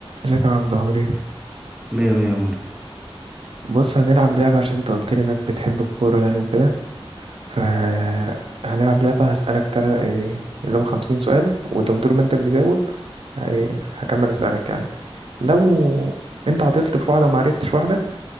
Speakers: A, on the right; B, in the centre.
A: ازيك يا عبدو عامل ايه
B: مية مية يا موري
A: بص هنلعب لعبة عشان انت قلت لي انك بتحب الكورة يعني وكده ف هنلعب لعبة هسألك ترى ايه اللي هو خمسين سؤال ولو طول ما انت بتجاوب هي- هكمل اسألك يعني لو انت عطلت في واحدة ومعرفتش واحدة